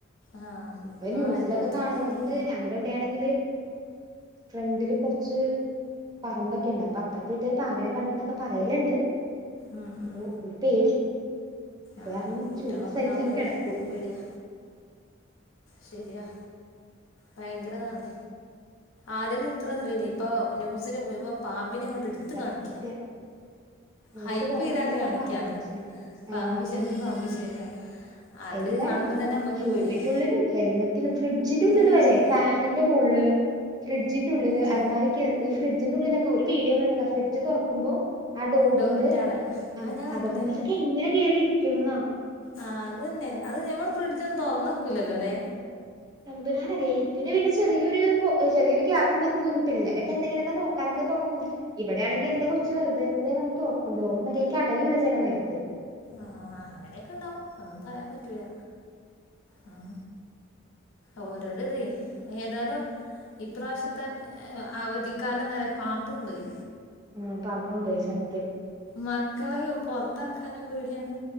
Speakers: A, on the left (about 80°); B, on the right (about 20°).
A: ആഹ്
B: ഇപ്പൊ ന്യൂസിലൊക്കെ
A: ആഹ് എല്ലോടത്തും
B: കാണുന്ന
A: അങ്ങനെന്നെ
B: കൊണ്ട് ഞങ്ങടെട് വെണെങ്കിൽ ഫ്രണ്ടില് കുറച്ച് പറമ്പൊക്കെ ണ്ട് അപ്പൊ അപ്പറത്തെ വീട്ടര് പാമ്പിനെ കണ്ടു നൊക്കെ പറയലുണ്ട്
A: ഉം
B: അപ്പൊ
A: ഉം
B: ഒരു പേടി അത്
A: ആഹ്
B: കാരണം
A: കുട്ടികളൊക്കെ
B: ചൂട് സഹിച്ചങ്ങ്
A: ഉണ്ടാവുമ്പളേ
B: കെടക്കും
A: നമുക്ക് പേടിയാ ശരിയാ ഭയങ്കര താണ് ആദ്യന്നും ഇത്ര ഇത് ഇല്യയ്നി ഇപ്പോ ന്യൂസിൽമുഴുവൻ പാമ്പിനെ ങ്ങട്ട് ഇട്ത്ത്
B: സത്യം
A: കാണിക്ക
B: ന്യൂസ്
A: ഹൈപ്പ്
B: തുറന്നാ
A: ചെയ്താണ്ട് കാണിക്കാണ്
B: പാമ്പിന്റെ ശല്യം
A: പാമ്പ്
B: ആഹ്
A: ശല്യം പാമ്പ് ശല്യം അത്
B: എല്ലായിടത്തും
A: കാണുമ്പോ തന്നെ നമ്മക്ക്
B: ഷൂവി്ന്റെ
A: പേടിയാ
B: ഉള്ളിലും ഹെൽമെറ്റ് പിന്നെ ഫ്രിഡ്ജിന്റെ ഉള്ളില്
A: ആഹ്
B: വരെ ഫാനിന്റെ മോള്ല് ഫ്രിഡ്ജിന്റുള്ളില്
A: ആ
B: അലമാരക്കകത്ത് ഈ ഫ്രിഡ്ജിന്റെ ഉള്ളിലൊക്കെ ഒരു വീഡിയോ കണ്ടതാ ഫ്രിഡ്ജ് തൊറ്ക്കുമ്പോ ആഹ് ഡോറില്
A: ഡോറിന്റെ ആടെ
B: ആഹ്
A: ആ ഞാൻ കണ്ടണ്
B: അകത്ത് അതൊക്കെ എങ്ങനെ കേറിയിരിക്കണെന്നാ
A: ആഹ് അതന്നെ അത് ഞമ്മൾ ഫ്രിഡ്ജൊന്നും തുറന്നക്കൂല്ലല്ലോല്ലെ
B: തമ്പുരനാറിയ ഇതിന് പിന്നെ ചെറിയൊരു ഹോ ചെറിയൊരു ഗ്യാപ്പ് മതി തോന്ന്ണ് പിള്ളേരൊക്ക എന്തെങ്കിലൊക്കെ നോക്കാനക്കൊ തൊറന്നിടും ഇവിടെയാണെങ്കി എന്റെ കൊച്ച് വെറുതെ വെറതെ വന്ന് തുറന്നിടും ഡോറ് മര്യാക്ക് അടയൂല ചെലനേരത്ത്
A: ആഹ് അങ്ങനെക്കെ ണ്ടാവും ഒന്നും പറയാൻ പറ്റൂല്ല ഉം ഓരോര ഇതെയ് ഏതാലും ഇപ്രാവശ്യത്തെ അവധിക്കാലം ഏഹ് പാമ്പ് കൊണ്ടോയി
B: ഉം പാമ്പ് കൊണ്ടോയി സത്യം
A: മക്കളെ പൊറത്തറ്ക്കാനും പേടിയാണ്